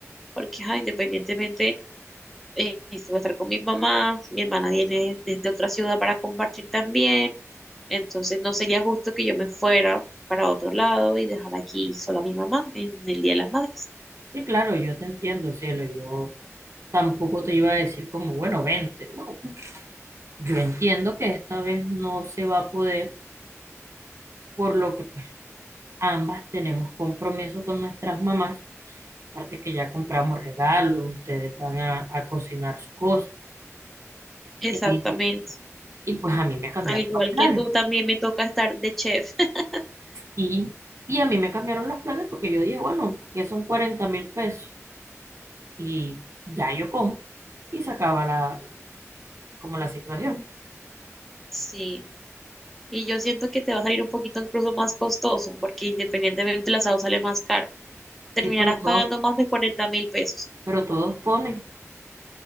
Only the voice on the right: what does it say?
Sí, claro, yo te entiendo, cielo. Yo tampoco te iba a decir como, bueno, vente. No, yo entiendo que esta vez no se va a poder, por lo que pues ambas tenemos compromiso con nuestras mamás. Aparte que ya compramos regalos, ustedes van a, a cocinar sus cosas.
Y, y, pues a mí me cambiaron
los planes.
Y, y a mí me cambiaron los planes porque yo dije, bueno, que son cuarenta mil pesos. Y ya yo como. Y se acaba la, como la situación.
Sí, pero todos,
pero todos ponen.